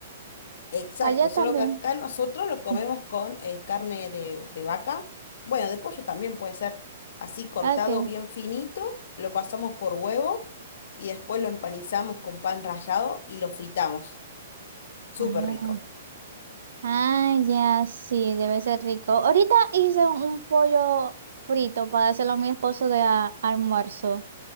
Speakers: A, on the left; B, on the right.
A: Exacto,
B: Allá
A: solo
B: también.
A: que acá nosotros lo comemos
B: Mm.
A: con eh, carne de, de vaca. Bueno, de pollo también puede ser así cortado
B: Ok.
A: bien finito, lo pasamos por huevo y después lo empanizamos con pan rallado y lo fritamos. Súper
B: Ah,
A: rico.
B: ah, ya sí, debe ser rico. Ahorita hice un, un pollo frito para dárselo a mi esposo de a- almuerzo,